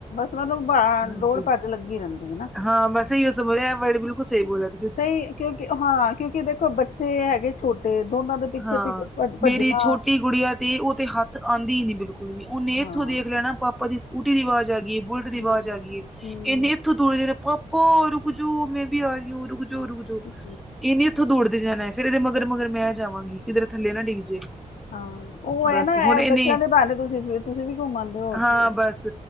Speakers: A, on the left (about 80°); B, in the centre.
A: ਤੁਹਾਨੂੰ
B: ਹਾਂਜੀ
A: ਦੌੜ ਭੱਜ ਲੱਗੀ ਰਹਿੰਦੀ ਹੈ ਨਾ।
B: ਹਾਂ ਬਸ ਇਹਹੀ ਹੋ ਸਮਝ ਲੈ ਐ ਵਰਡ ਬਿਲਕੁਲ ਸਹੀ ਬੋਲਨ।
A: ਸਹੀ ਕਿਉਂਕਿ ਹਾਂ ਕਿਉਂਕਿ ਦੇਖੋ ਬੱਚੇ ਹੈਗੇ ਛੋਟੇ ਦੋਨਾਂ ਦੇ ਪਿੱਛੇ
B: ਹਾਂ
A: ਪਿੱਛੇ। ਭੱਜ- ਭੱਜਣਾ
B: ਮੇਰੀ ਛੋਟੀ ਗੁੜੀਆ ਤੇ ਉਹ ਤੇ ਹੱਥ ਆਂਦੀ ਹੀ ਨੀ ਬਿਲਕੁਲ ਵੀ ਉਹਨੇ ਇੱਥੋਂ
A: ਹਾਂ
B: ਦੇਖ ਲੈਣਾ ਪਾਪਾ ਦੀ ਸਕੂਟੀ ਦੀ ਆਵਾਜ਼ ਆ ਗਈਏ ਬੁਲਟ ਦੀ
A: ਹੂੰ
B: ਆਵਾਜ਼ ਆ ਗਈਏ
A: ਹੂੰ
B: ਇੰਨੇ ਥੋਂ ਦੂਰ ਪਾਪਾ ਰੁਕ ਜੋ ਮੈਂ ਵੀ ਆ ਰਹੀ ਹੁੰ ਰੁਕ ਜੋ ਰੁੱਕ ਜੋ।
A: ਹੂੰ,
B: ਇਹ ਨੀ ਉੱਥੋਂ ਦੌੜਦੇ ਜਾਣਾ ਫੇਰ ਇਹਦੇ ਮਗਰ
A: ਹੂੰ।
B: ਮਗਰ ਮੈਂ ਜਾਵਾਂਗੀ ਕਿਧਰ ਥੱਲੇ ਨਾ ਡਿੱਗ ਜੇ।
A: ਹਾਂ ਉਹ ਹੈ
B: ਬਸ
A: ਨਾ
B: ਹੁਣ
A: ਐ
B: ਇਹਨੇ
A: ਬੱਚਿਆਂ ਬਹਾਨੇ ਤੁਸੀਂ ਤੁਸੀਂ ਵੀ ਘੁੰਮ ਆਉਂਦੇ ਹੋਰ
B: ਹਾਂ
A: ਕੀ ਹੈਂ।
B: ਬਸ